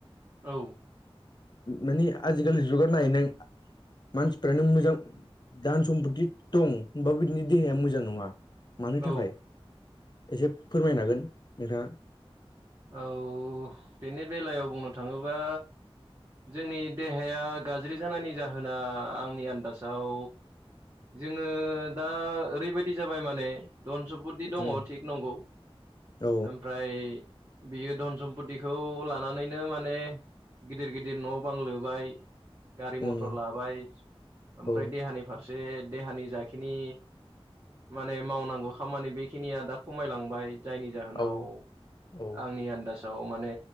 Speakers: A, on the right; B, on the left.
A: औ
B: माने आजिखालि जुगाव नायै नों मानसिफ्रानो मोजां धान सम्पति, दं होनबाबो बिदिनो देहाया मोजां नङा मानो थाखाय,
A: औ
B: एसे फोरमायनो हागोन नोंथाङा?
A: औ बेनि बेलायाव बुंनो थाङोबा, जोंनि देहाया गाज्रि जानायनि जाहोना आंनि आन्दाजाव, जोङो दा ओरैबायाददि जाबाय माने, धन सम्पति दङो
B: उम,
A: थिग नंगौ
B: औ
A: ओमफ्राय, बियो धन सम्पतिखौ लानानैनो माने, गिदिर गिदिर न'बां लुबाय, गारि
B: उम,
A: मथर लाबाय ओमफ्राय
B: औ
A: देहानि फारसे देहानि जाखिनि, माने मावनांगौ खामानि बेखिनिया दा खमायलांबाय जायनि जाहोनाव,
B: औ औ
A: आंनि आन्दाजाव माने